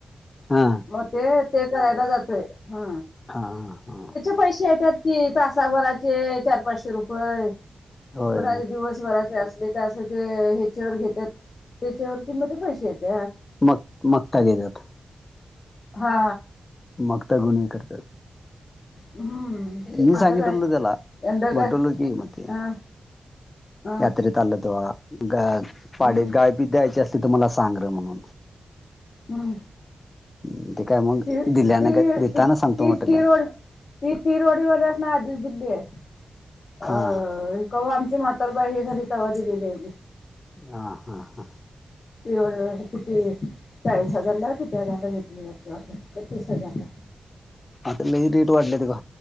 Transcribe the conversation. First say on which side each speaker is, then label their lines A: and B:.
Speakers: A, on the left; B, on the left.
A: हा
B: मग ते ते करायला जातय ह
A: हा हा हा
B: पैसे येतात की तासाभराचे चार पाचशे रुपये
A: होय
B: प दिवस श्वराचे असले अस ते ह्याच्यावर घेतात त्याच्यावरती मध्ये पैसे येते
A: मग मगता घेेतात
B: हा
A: मगता गुणे् करतात
B: हम्म
A: मी सांगितल
B: आता काय
A: त्याला
B: यंदा
A: म्हटवल
B: काय
A: की म ते
B: हा हा
A: यात तलतवा ग पाडत
B: हम्म
A: गायपीत द्यायची असली त मला सांग र म्हणून
B: हम्म
A: तेठी काय मग
B: ती ती
A: दिल्याने देताना
B: ती
A: सांगतो म्हटल्या
B: ती रोड ती तीरोडीवाली अस ना आधीच दिल्ली आहे अ
A: हा
B: कव आमची मातरबाई हे घरी तवा दिलेली आहेची
A: हा हा हा
B: ि किती चाळीस हजारला किती हजारला घेतली ततीस हजारला
A: <inaudible> हा तर मी रेट वाढले ते का